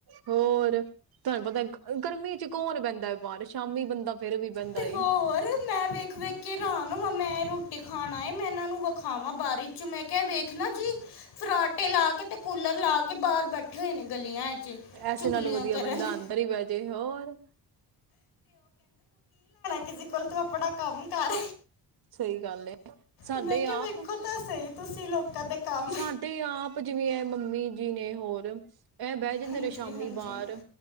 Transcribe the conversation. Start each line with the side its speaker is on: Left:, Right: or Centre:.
Right: ਹੋਰ ਤੁਹਾਨੂੰ ਪਤਾ ਗਰਮੀ ਚ ਕੌਣ ਬੈਂਦਾ ਬਾਰ ਸ਼ਾਮੀ ਬੰਦਾ ਫਿਰ ਵੀ ਬੈਨਦਾ
Left: ਤੇ
Right: ਏ।
Left: ਹੋਰ ਮੈਂ ਵੇਖ ਵੇਖ ਕੇ ਹੈਰਾਨ ਮੈਂ ਰੋਟੀ ਖਾਣਾ ਆਏ ਮੈਂ ਇਹਨਾਂ ਨੂੰ ਖਾਵਾਂ ਬਾਰੀ ਚ ਮੈਂ ਕਿਹਾ ਵੇਖ ਨਾ ਜੀ ਫਰਾਟੇ ਲਾ ਕੇ ਤੇ ਕੂਲਰ ਲਾ ਕੇ ਬਾਹਰ ਬੈਠੇ ਹੋਏ ਨੇ ਗਲੀਆਂ ਚ
Right: ਇਸੇ
Left: ਚੁਗਲੀਆਂ
Right: ਨਾਲੋਂ ਵਧੀਆ
Left: ਕਰਨ
Right: ਬੰਦਾ ਅੰਦਰ ਹੀ ਬਹਿ ਜੇ ਹੋਰ।
Left: ਕਿਸੀ ਕੋਲ ਤੂੰ ਆਪਣਾ ਕੰਮ ਕਰ।
Right: ਸਹੀ ਗੱਲ ਐ ਸਾਡੇ
Left: ਮੈਂ ਕਿਹਾ
Right: ਆਪ,
Left: ਵੇਖੋ ਤਾਂ ਸਹੀ ਤੁਸੀਂ ਲੋਕਾਂ ਦੇ ਕੰਮ
Right: ਸਾਡੇ ਆਪ ਜਿਵੇਂ ਹੈ ਮੰਮੀ ਜੀ ਨੇ ਹੋਰ ਇਹ ਬਹਿ ਜਾਂਦੇ
Left: ਹਾਂਜੀ
Right: ਨੇ ਸ਼ਾਮੀ
Left: ਹਾਂਜੀ
Right: ਵਾਰ